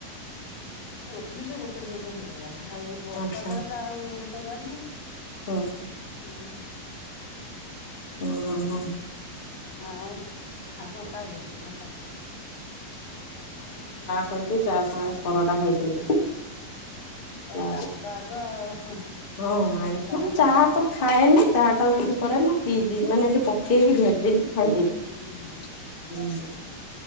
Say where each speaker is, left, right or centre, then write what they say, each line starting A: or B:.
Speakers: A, on the left; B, on the left.
A: ଆରେ ଏଠିବି ସେ ଗୋଟେ ଦିନ ପାଇଁ ହେଇଥିଲା। ଆଉ ଏ ବର୍ଷା
B: ଆଚ୍ଛା
A: ତ ହେଲା ଆଉ ହେଇପାରିଲାନି।
B: ହୁଁ।
A: ଅହଁ।
B: ଓ ଓ ହୋ।
A: ହଁ ଆଉ କଣ ଖାଇଲେଣି? ନା ଖାଇନି ସେ।
B: ଖାଇଚି। ଚା ସାଙ୍ଗରେ ପରଟା ଖାଇଥିଲି। <unintelligible>
A: ତା
B: ଚା
A: ଚାହା ତ ଆଗ ଆଉ
B: ହଁ
A: ସବୁଠୁ
B: <unintelligible>
A: ଚାହା ଟା
B: ଚା
A: ଆଗ।
B: ତ ଖାଏନି ଚା ଟାକୁ କି କରେ ନା ପି ଦି ମାନେ ଏଠି ପପ୍ କେହି କିି ଭେଟ ଦେଇକି ହା
A: ହୁଁ ହୁଁ ହୁଁ
B: <unintelligible> ହଁ।